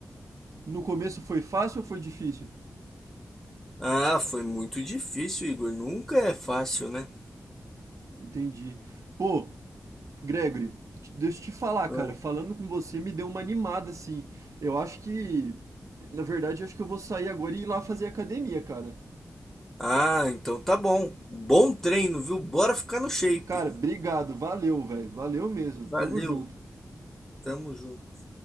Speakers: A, on the right; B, in the centre.
A: No começo foi fácil ou foi difícil?
B: Ah, foi muito difícil, Igor. Nunca é fácil, né?
A: Entendi. Pô, Gregory, t- deixa eu te falar,
B: Foi.
A: cara, falando com você me deu uma animada, assim. Eu acho que, na verdade, eu acho que eu vou sair agora e ir lá fazer academia, cara.
B: Ah, então tá bom. Bom treino, viu? Bora ficar no shape.
A: Cara, obrigado, valeu, velho, valeu mesmo.
B: Valeu,
A: Tamo junto.
B: tamo junto.